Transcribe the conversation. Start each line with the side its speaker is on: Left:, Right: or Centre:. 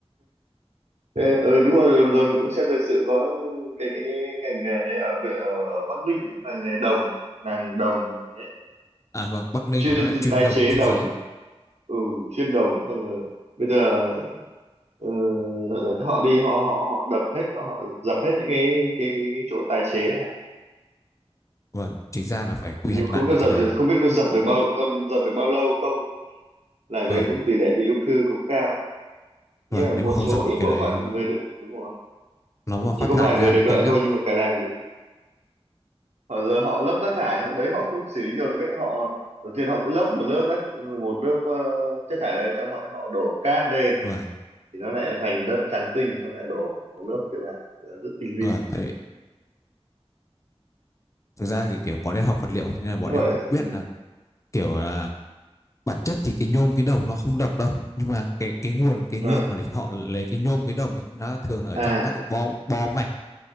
Right: Ê, ừ đúng rồi rồi vừa rồi mình cũng xem thời sự có cái cái, cái, ngành nghề đấy ở, Bệ- ở ở Bắc Ninh là nghề đồng nàng đồng gì ấy.
Left: À vâng, Bắc Ninh
Right: chuyên
Left: thì nó lại chuyên
Right: tái
Left: đồng,
Right: chế
Left: chuyên
Right: đồng
Left: giấy.
Right: ừ chuyên đồng xong rồi bây giờ ờ, họ đi họ họ họ đập hết họ, họ dập hết những cái cái cái, cái chỗ tái chế à.
Left: Vâng, chính ra là phải quy
Right: nhưng
Left: hoạch
Right: không
Left: lại mấy
Right: biết có dập
Left: cái đấy.
Right: được không biết có dập được bao có dập được bao lâu không làng
Left: Vâng,
Right: đấy cũng tỷ lệ bị ung thư cũng cao nhưng
Left: vâng,
Right: mà
Left: nếu
Right: một
Left: mà không
Right: số
Left: dập được
Right: ít
Left: cái
Right: bộ
Left: đấy,
Right: phận người được đúng rồi
Left: nó mà phát
Right: chỉ có
Left: thải
Right: vài người
Left: ra
Right: được
Left: thì
Right: lợi
Left: kinh lắm.
Right: thôi nhưng mà cả làng họ giờ họ lấp rác thải họ đấy họ không xử lý được ấy họ đầu tiên họ cứ lấp một lớp rác một lớp ờ, chất thải đấy xong họ họ đổ cát lên
Left: Vâng,
Right: thì nó lại thành đất trắng tinh xong lại đổ một lớp kiểu bạn rất tinh vi
Left: vâng, tại vì thực ra thì kiểu bọn em học vật liệu thế nên là bọn
Right: như
Left: em
Right: vậy
Left: cũng biết
Right: ừ.
Left: là kiểu là bản chất thì cái nhôm cái đồng nó không độc đâu. Nhưng mà cái cái nguồn cái nguồn
Right: ừ.
Left: mà để họ lấy cái nhôm cái đồng ấy, nó thường là ở
Right: à
Left: trong các cái bo bo mạch